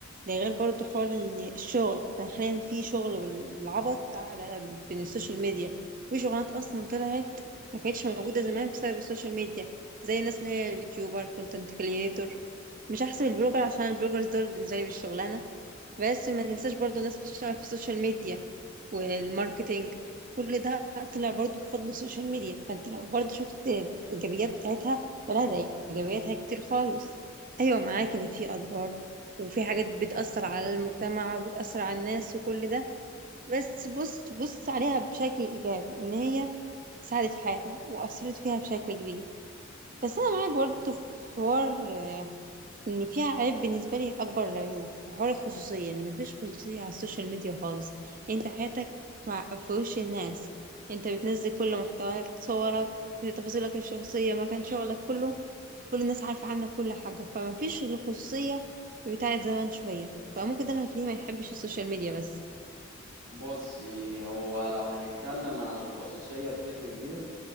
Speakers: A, on the right; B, on the right.
A: ده غير برضو حوار ان الشغل احنا حاليا في شغل بال- بالعبط على بين السوشيال ميديا وفي شغلانات اصلا طلعت ما كانتش موجودة زمان بسبب السوشيال ميديا زي الناس اللي هي اليوتيوبر كونتنت كريتور مش هحسب البلوجر عشان البلوجرز دول بالنسبة لي مش شغلانة بس ما تنساش برضو الناس بتشتغل في السوشيال ميديا والماركتينج كل ده طلع برضو بفضل السوشيال ميديا فانت لو برضو شفت الايجابيات بتاعتها فلا ده ايجابياتها كتير خالص ايوه معاك ان في اضرار وفي حاجات بتأثر على المجتمع وبتأثر على الناس وكل ده بس بص بص عليها بشكل ايجابي ان هي ساعدت في حياتنا واثرت فيها بشكل كبير بس انا معاك برضو في حوار آه، ان فيها عيب بالنسبه لي اكبر العيوب حوار الخصوصيه ان مفيش خصوصيه على السوشيال ميديا خالص انت حياتك مع في وش الناس انت بتنزل كل محتواك صورك تفاصيلك الشخصيه مكان شغلك كله كل الناس عارفه عنك كل حاجه فمفيش الخصوصيه بتاعت زمان شويه فممكن ده اللي مخليه ما يحبش السوشيال ميديا بس
B: بصي هو لو هنتكلم عن الخصوصية بشكل كبير